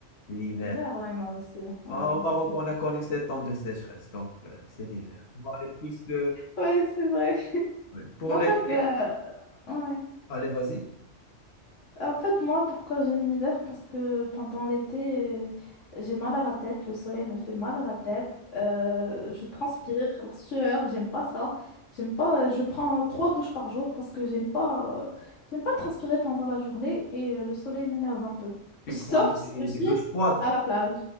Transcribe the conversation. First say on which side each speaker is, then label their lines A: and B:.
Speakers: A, on the left; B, on the left.
A: l'hiver.
B: L'hiver, ouais, moi aussi. Ouais,
A: Au
B: moi
A: Maroc,
B: aussi.
A: on a connu sept ans de sécheresse. Donc, euh, c'est l'hiver. Bon, et puisque
B: Ouais, c'est vrai.
A: oui, pour
B: Mais
A: l'été,
B: en fait, euh, ouais.
A: allez, vas-y.
B: En fait, moi, pourquoi j'aime l'hiver? Parce que pendant l'été, euh, j'ai mal à la tête, le soleil me fait mal à la tête, euh, je transpire, la sueur, j'aime pas ça. J'aime pas, euh, je prends trois douches par jour parce que j'aime pas, euh, j'aime pas transpirer pendant la journée et euh, le soleil m'énerve un peu.
A: Tu
B: Sauf
A: prends
B: si
A: des,
B: je suis
A: des douches froides.
B: à la plage.